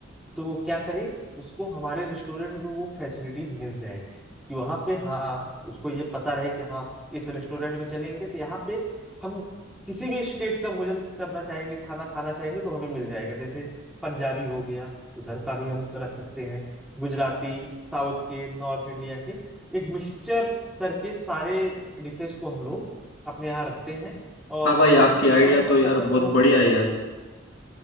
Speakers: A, in the centre; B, on the left.
A: तो वो क्या करे उसको हमारे रेस्टोरेंट में वो फैसिलिटी मिल जाए कि वहां पे हाँ उसको ये पता रहे कि हाँ इस रेस्टोरेंट में चलेंगे तो यहाँ पे हम किसी भी स्टेट का भोजन करना चाहेंगे खाना खाना चाहेंगे तो हमें मिल जाएगा जैसे पंजाबी हो गया इधर का भी हम रख सकते हैं गुजराती साउथ के नॉर्थ इंडिया के एक मिक्सचर करके सारे डिशेस को हम लोग अपने यहाँ रखते हैं और
B: हाँ भाई
A: खासकर
B: आपकी आइडिया
A: थोड़ा सा
B: तो यार
A: फोकस
B: बहुत
A: हम लोग
B: बढ़िया
A: को
B: है यार